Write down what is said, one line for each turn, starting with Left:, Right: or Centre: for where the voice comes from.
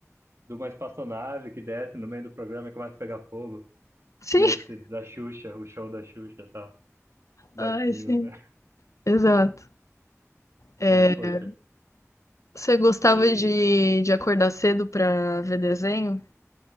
Right: de uma espaçonave que desce no meio do programa e começa a pegar fogo.
Left: Sim,
Right: Nesse
Left: <laughs>
Right: da Xuxa, o show da Xuxa e tal. Baixinhos,
Left: ai, sim.
Right: né? <laughs>
Left: Exato. É,
Right: É, poxa.
Left: você gostava
Right: E,
Left: de, de acordar cedo pra ver desenho?